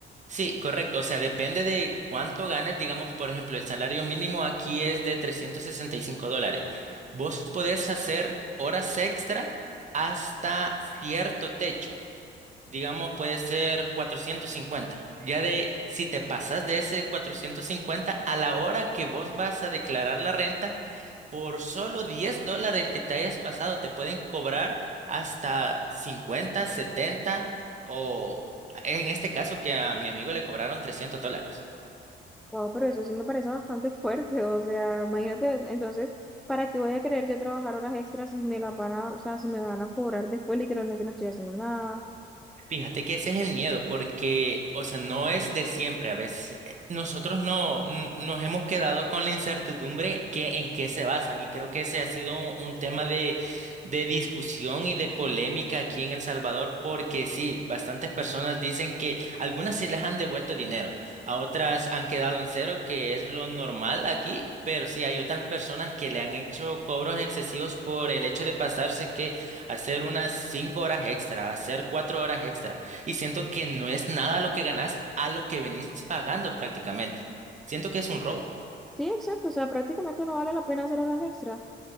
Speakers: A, on the right; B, in the centre.
A: Sí, correcto. O sea, depende de cuánto ganes. Digamos, por ejemplo, el salario mínimo aquí es de 365 dólares. Vos podés hacer horas extra hasta cierto techo. Digamos, puede ser 450. Ya de, si te pasas de ese 450 a la hora que vos vas a declarar la renta, por solo 10 dólares que te hayas pasado, te pueden cobrar hasta 50, 70 o en este caso que a mi amigo le cobraron 300 dólares.
B: Wow, pero eso sí me parece bastante fuerte. O sea, imagínate, entonces, ¿para qué voy a querer yo trabajar horas extras si me las van a, o sea, si me van a cobrar después? Literalmente no estoy haciendo nada.
A: Fíjate que ese es el miedo, porque, o sea, no es de siempre. A veces eh, nosotros no n- nos hemos quedado con la incertidumbre que en qué se basan. Y creo que ese ha sido un, un tema de, de discusión y de polémica aquí en El Salvador, porque sí, bastantes personas dicen que algunas sí les han devuelto dinero, a otras han quedado en cero, que es lo normal aquí. Pero sí, hay otras personas que le han hecho cobros excesivos por el hecho de pasarse que hacer unas cinco horas extra, hacer cuatro horas extra. Y siento que no es nada lo que ganas a lo que venís pagando prácticamente. Siento que es un robo.
B: Sí, exacto. O sea, prácticamente no vale la pena hacer horas extras. O